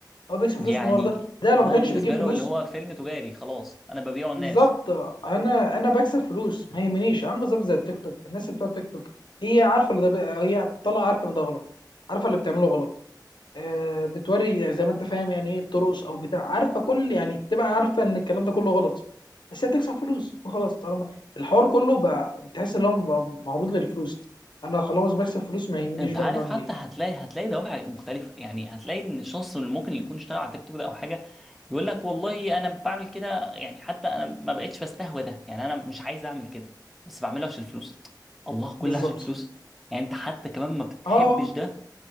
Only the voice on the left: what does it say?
هو بيكسب
فلوس من ورا ده ده لو
ما كانش
بيجيب فلوس
بالظبط انا انا بكسب فلوس ما يهمنيش عامل بالظبط زي التيك توك الناس اللي بتوع التيك توك هي عارفه اللي ده بي... هي طالعه عارفه ان ده غلط عارفه اللي بتعمله غلط آه، بتوري زي ما انت فاهم يعني ايه بترقص او بتاع عارفه كل يعني بتبقى عارفه ان الكلام ده كله غلط بس هي بتكسب فلوس وخلاص طالما الحوار كله بقى تحس ان هو بقى معروض للفلوس انا خلاص بكسب فلوس ما يهمنيش
بقى
انا بعمل
ايه
بالظبط
اه